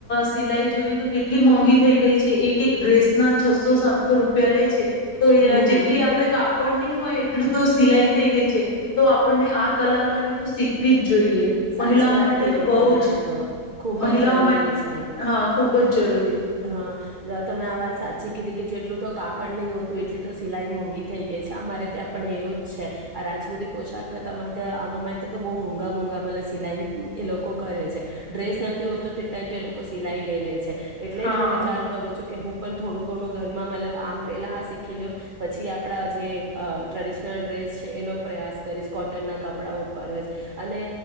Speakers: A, on the left (about 80°); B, on the right (about 60°).
A: સિલાઈ જોઈએ તો કેટલી મોંઘી થઈ ગઈ છે એક એક ડ્રેસ ના છસો સાતસો રૂપિયા લે છે. તો
B: હમ
A: જેટલી આપણેે કાપ પડ નહીં હોય એ એટલું તો સિલાઈ થઈ ગઈ છે તો આપણને આ કલાકારી તો શીખવી જ જોઈએ
B: સાચી
A: મહિલાઓ
B: વાત
A: માટે
B: કીધી
A: તો બહ
B: તમે
A: જ
B: આ તો ખુબ
A: મહિલાઓ
B: જ જરૂરી
A: માટે
B: છે
A: હા ખુબ જ જરૂરી છે
B: હા તમે આ વાત સાચી કીઘી. કે જેટલું તો કાપડ નહીં હોતું એટલી તો સિલાઈ મોંઘી થઈ ગઈ છે અમારે ત્યાં પણ એવું જ છે આ રાજપૂતિ પોશાક ના ત્યાં અરે ત્યાં તો બહુ મોંઘા મોંઘા મત સિલાઈ એ લોકો કરે છે ડ્રેસ નથી હોતો તે ટ તો એ લોકો સિલાઈ લઈ લે છે. એટલે
A: હા
B: જ હું વિચાર કરું છું કે હું પણ થોડું ઘણું ઘરમાં મતલબ આમ પેલા આ શીખી લ્યો પછી આપણા જે ટ્રેડિશનલ ડ્રેસ છે એનો પ્રયાસ કરીશ કોટનના કપડા ઉપર જ અને